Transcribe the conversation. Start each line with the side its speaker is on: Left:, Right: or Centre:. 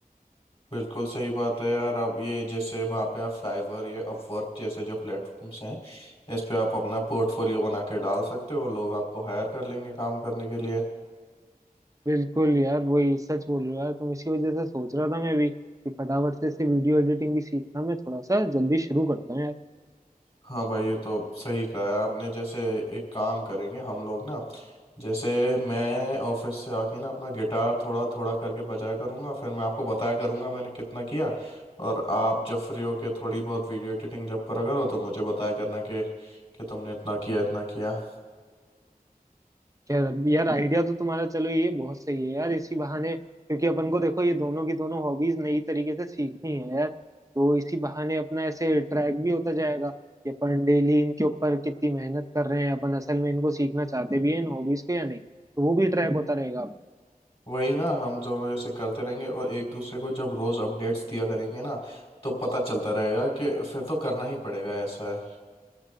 Left: बिल्कुल सही बात है यार अब ये जैसे वहाँ पे आप फाइवर या अपवर्क जैसे जो प्लेटफॉर्म्स हैं इस पे आप अपना पोर्टफोलियो बना के डाल सकते हो लोग आपको हायर कर लेंगे काम करने के लिए
Right: बिल्कुल यार वही सच बोल रहे हो यार तुम इसी वजह से सोच रहा था मैं भी कि फटाफट से इसे वीडियो एडिटिंग भी सीखना मैं थोड़ा सा जल्दी शुरू करता हूँ यार
Left: हाँ भाई ये तो सही कहा है आपने जैसे एक काम करेंगे हम लोग ना जैसे मैं ऑफिस से आके ना अपना गिटार थोड़ा थोड़ा करके बजाया करूँगा फिर मैं आपको बताया करूँगा मैंने कितना किया और आप जब फ्री हो के थोड़ी बहुत वीडियो एडिटिंग जब करा करो तो मुझे बताया करना कि कि तुमने इतना किया इतना किया
Right: यार यार आइडिया तो तुम्हारा चलो ये बहुत सही है यार इसी बहाने क्योंकि अपन को देखो ये दोनों की दोनों हॉबीज नई तरीके से सीखनी है यार तो इसी बहाने अपना ऐसे ट्रैक भी होता जाएगा कि अपन डेली इनके ऊपर कितनी मेहनत कर रहे हैं अपन असल में इनको सीखना चाहते भी हैं इन हॉबीज को या नहीं तो वो भी ट्रैक होता रहेगा
Left: वही ना हम दोनों जैसे करते रहेंगे और एक दूसरे को जब रोज अपडेट्स दिया करेंगे ना तो पता चलता रहेगा कि फिर तो करना ही पड़ेगा ऐसा है